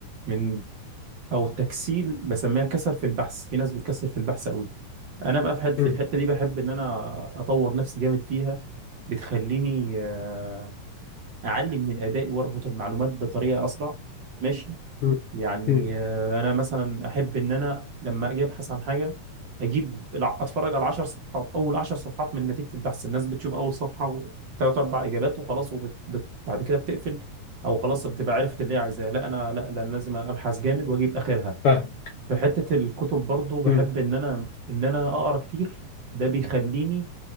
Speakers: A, on the right; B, on the left.
A: من او تكسيل بسميها كسل في البحث في ناس بتكسل في البحث قوي انا بقى في حته في
B: مم.
A: الحته دي بحب ان انا اطور نفسي جامد فيها بتخليني آه، اعلي من الاداء واربط المعلومات بطريقه اسرع ماشي
B: مم.
A: يعني
B: مم.
A: آه، انا مثلا احب ان انا لما اجي ابحث عن حاجه اجيب الع- اتفرج على 10 صفحات اول 10 صفحات من نتيجه البحث الناس بتشوف اول صفحه ثلاث اربع اجابات وخلاص وبت... بت... بعد كده بتقفل او خلاص بتبقى عرفت اللي هي عايزاه لا انا لا لا أنا لازم ابحث جامد واجيب اخرها
B: فاهم
A: في حته الكتب برضو بحب
B: مم.
A: ان انا ان انا اقرا كتير ده بيخليني